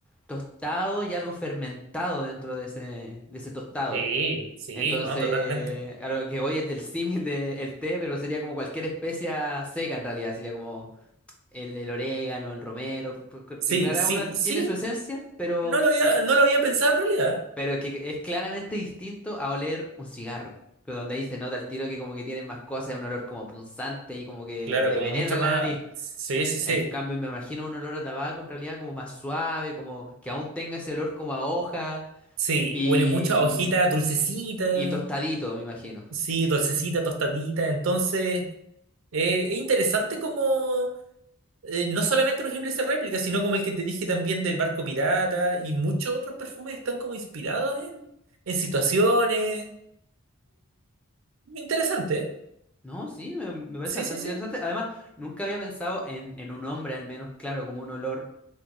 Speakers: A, in the centre; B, on the right.
A: tostado y algo fermentado dentro de ese, de ese tostado.
B: Sí, sí,
A: Entonces,
B: no, totalmente.
A: a lo que voy es del símil del té, pero sería como cualquier especia seca en realidad, sería como el, el orégano, el romero, porque
B: Sí,
A: claro,
B: sí,
A: uno tiene
B: sí,
A: su esencia, pero
B: no lo había, no lo había pensado en realidad.
A: pero es que es claramente distinto a oler un cigarro, que donde ahí se nota el tiro que como que tienen más cosas, es un olor como punzante y como que
B: Claro,
A: te
B: como
A: penetra
B: mucho
A: la
B: más.
A: nariz.
B: Sí, sí, sí.
A: En cambio, me imagino un olor a tabaco en realidad como más suave, como que aún tenga ese olor como a hoja
B: Sí,
A: y,
B: huele mucho a hojita dulcecita.
A: y tostadito, me imagino.
B: Sí, dulcecita, tostadita. Entonces, eh, es interesante como eh, no solamente los ejemplos de réplica, sino como el que te dije también del barco pirata y muchos otros perfumes están como inspirados en, en situaciones. Interesante. ¿eh?
A: No, sí, me, me parece
B: Sí,
A: bastante
B: sí, sí.
A: interesante. Además, nunca había pensado en, en un hombre al menos, claro, como un olor.